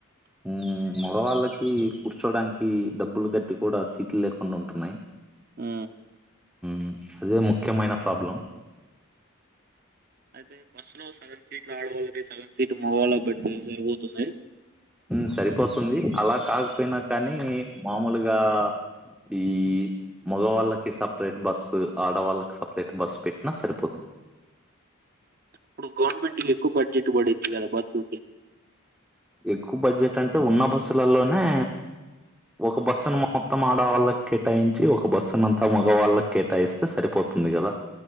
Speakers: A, in the centre; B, on the right.
A: మ్ మొగవాళ్ళకి కూర్చోడానికి డబ్బులు కట్టి కూడా సీట్లు లేకుండా ఉంటున్నాయి
B: మ్
A: మ్ అదే ముఖ్యమైన ప్రాబ్లం
B: అయితే ఈ బస్సులో సగం సీట్లు ఆడవాళ్లకి సగం సీట్లు మగ వాళ్ళకి పెడితే సరిపోతుంది
A: న్ సరిపోతుంది అలా కాకపోయినా కానీ మామూలుగా ఈ మగవాళ్ళకి సపరేట్ బస్సు ఆడవాళ్ళకి సపరేట్ బస్సు పెట్టినా సరిపోతుం
B: అప్పుడు గవర్నమెంట్కిి ఎక్కువ బడ్జెట్ పడింది కదా బస్సుల్కి
A: ఎక్కువ బడ్జెట్ అంటే ఉన్న బస్సులలోనే ఒక బస్సును మొత్తం ఆడవాళ్ళకి కేటాయించి ఒక బస్సును అంతా మగవాళ్ళకి కేటాయిస్తే సరిపో తుంది కదా